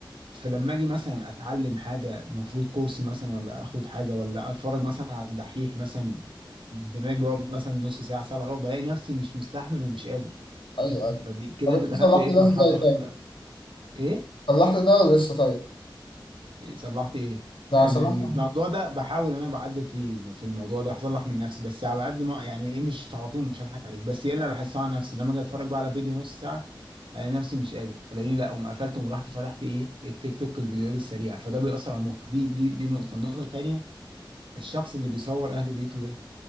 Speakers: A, on the right (about 85°); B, on the left (about 80°).
A: فلما اجي مثلا اتعلم حاجه المفروض كورس مثلا ولا اخد حاجه ولا اتفرج مثلا على الدحيح مثلا دماغي بيقعد مثلا نص ساعه ساعه الا ربع بلاقي نفسي مش مستحمل ومش قادر
B: ايوه ايوه
A: فدي كده
B: طب
A: انت
B: انت
A: دخلت
B: صلحت
A: ايه
B: ده
A: في مرحله
B: ازاي
A: الخطر
B: تاني؟
A: ايه
B: صلحت ده ولا لسه طيب؟
A: صلحت ايه
B: ده
A: ال-
B: صلحت
A: ال- الموضوع ده بحاول انا بعدل فيه في الموضوع ده هصلح من نفسي بس على قد ما يعني ايه مش على طول مش هضحك عليك بس ايه انا اللي هحسها على نفسي لما اجي اتفرج بقى على فيديو نص ساعه الاقي نفسي مش قادر الاقيني لا قوم قفلت ورحت فتحت ايه التيك توك الفيديوهات السريعه فده بيأثر على المخ دي دي دي نقطه النقطه التانيه الشخص اللي بيصور اهل بيته ده